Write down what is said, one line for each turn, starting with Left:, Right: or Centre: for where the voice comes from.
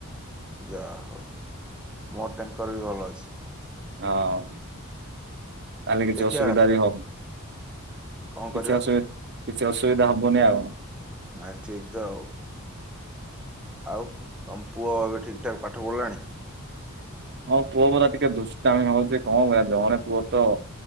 Centre: ଯାହାହଉ ମୋର ଟ୍ୟାଙ୍କର ବି ଭଲ ଅଛି।
Right: ହଁ ତାହେଲେ କିଛି
Centre: ଦେଖିଆ
Right: ଅସୁବିଧା ବି ହ
Centre: କଣ କରିବା
Right: କିଛି ଅସୁବିଧା କିଛି ଅସୁବିଧା ହବନି ତ?
Centre: ନାଇଁ ଠିକ୍ ତ ଆଉ। ଆଉ ତମ ପୁଅ ଏବେ ଠିକ୍ ଠାକ୍ ପାଠ ପଢ଼ିଲାଣି?
Right: ହଁ ପୁଅ ପରା ଟିକେ ଦୁଷ୍ଟାମୀ ହୋଉଚି କଣ କଇବା ଜଣେ ପୁଅ ତ।